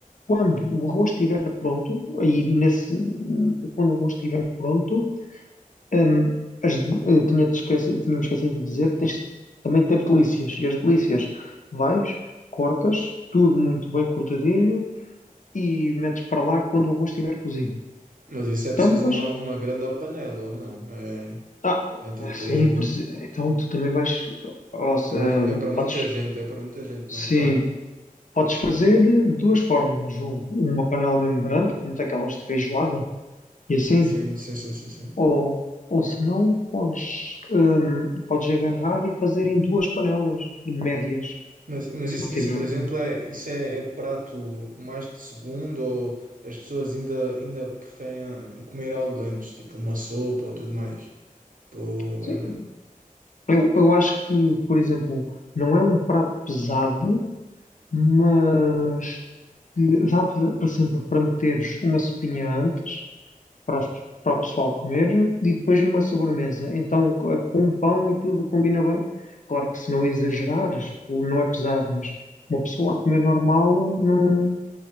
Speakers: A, on the left; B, on the right.
A: Quando o arroz estiver pronto, aí nesse, quando o arroz estiver pronto, hum, as, eh, tinha-te esquecido, tinha-me esquecido de dizer, tens também de ter delícias. E as delícias vais, cortas, tudo muito bem cortadinho e metes para lá quando o arroz estiver cozido.
B: Mas isso é preciso
A: Tampas?
B: uma, uma grande panela, ou não? É,
A: Ah,
B: é tipo.
A: sim, presi- então tu também vais. ou se-
B: Também
A: hum,
B: é para muita
A: podes,
B: gente, é para muita gente,
A: sim,
B: mas pá.
A: podes fazer de duas formas. Ou uma panela mesmo grande, como daquelas de feijoada, e assim.
B: Sim, sim, sim, sim, sim.
A: Ou, ou se não, podes, hum, podes agarrar e fazer em duas panelas médias.
B: Mas, mas
A: Se
B: isso,
A: não tiver.
B: isso, por
A: hum.
B: exemplo, é, isso é, é prato mais de segundo ou as pessoas ainda, ainda preferem comer algo antes, tipo uma sopa ou tudo mais? Tipo,
A: Sim,
B: é,
A: eu, eu acho que, por exemplo, não é um prato pesado, mas que dá para para sempre para meteres uma sopinha antes para, as- para o pessoal comer e depois uma sobremesa. Então, co- com um pão e tudo combina bem. Claro que se não exagerares, o- não é pesado, mas uma pessoa a comer normal não,